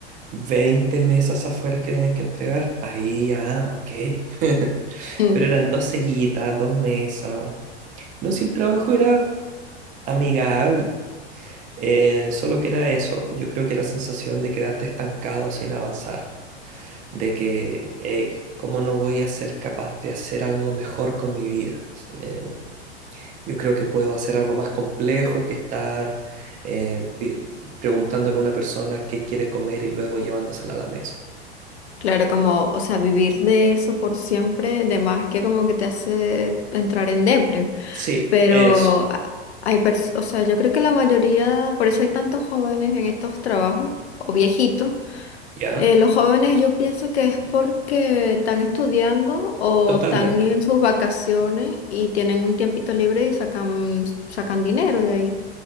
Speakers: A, on the right (about 25°); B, on the left (about 80°).
A: 20 mesas afuera que tienen que entregar. Ahí ya, ok. <laughs>
B: Mm,
A: Pero eran dos sillitas, dos mesas. No si el trabajo era amigable. Eh, solo que era eso, yo creo que la sensación de quedarte estancado sin avanzar, de que, hey, ¿cómo no voy a ser capaz de hacer algo mejor con mi vida? Eh, yo creo que puedo hacer algo más complejo que estar eh, pi- preguntándole a una persona qué quiere comer y luego llevándosela a la mesa.
B: Claro, como, o sea, vivir de eso por siempre, de más que como que te hace entrar en depre.
A: Sí,
B: Pero
A: eso,
B: a- hay pers- o sea, yo creo que la mayoría, por eso hay tantos jóvenes en estos trabajos, o viejitos.
A: ya,
B: Eh, los jóvenes yo pienso que es porque están estudiando o
A: totalmente.
B: están en sus vacaciones y tienen un tiempito libre y sacan, sacan dinero de ahí.